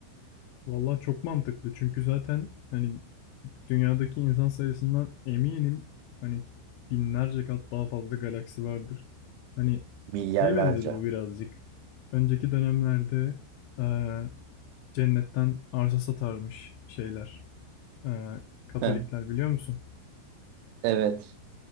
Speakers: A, on the left; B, on the right.
A: Vallahi çok mantıklı çünkü zaten hani dünyadaki insan sayısından eminim hani binlerce kat daha fazla galaksi vardır. Hani
B: Milyarlarca.
A: şeye benzedi bu birazcık. Önceki dönemlerde eee, cennetten arsa satarmış şeyler. Eee, Katolikler
B: Heh,
A: biliyor musun?
B: evet.